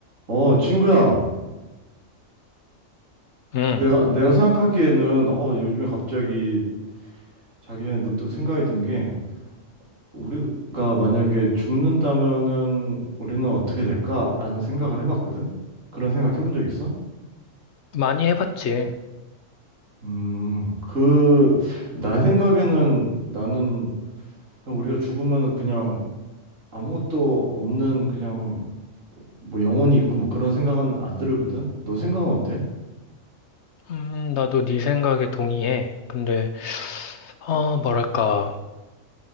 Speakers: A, on the right (about 70°); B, on the left (about 60°).
A: 어, 친구야,
B: 음,
A: 내가, 내가 생각하기에는, 어, 요즘에 갑자기 자기 전에 문득 생각이 든 게, 우리가 만약에 죽는다면은 우리는 어떻게 될까라는 생각을 해봤거든? 그런 생각 해본 적 있어?
B: 많이 해봤지.
A: 음, 그, 나 생각에는 나는 그냥 우리가 죽으면은 그냥 아무것도 없는 그냥 뭐 영혼이 있고 뭐 그런 생각은 안 들거든? 너 생각은 어때?
B: 음, 나도 네 생각에 동의해. 근데, 어, 뭐랄까,